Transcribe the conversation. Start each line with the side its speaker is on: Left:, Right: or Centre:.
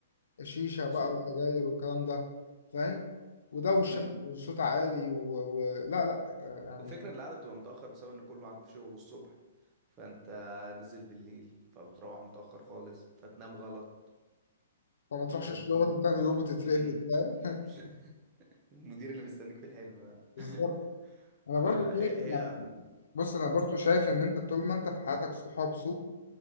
Left: شيشة بقى
Right: <laughs>
Left: وسجاير والكلام ده فاهم ودوشة
Right: امم
Left: وصوت عالي و... و... لا لا آه، يعني
Right: وفكرة ان القعدة بتبقى متأخر بسبب ان كله قاعد في شغله الصبح فانت نازل بالليل فبتروح متأخر خالص فتنام غلط
Left: فما تروحش
Right: فدي
Left: الشغل
Right: دي
Left: تاني يوم وتترفد
Right: امم
Left: فاهم
Right: <laughs>
Left: <laughs>
Right: المدير اللي مستنيك في الحلم بقى
Left: بالظبط
Right: <laughs>
Left: انا
Right: فهي
Left: برضو شايف
Right: هي
Left: بص انا برضو شايف ان انت طول ما انت في حياتك صحاب سوء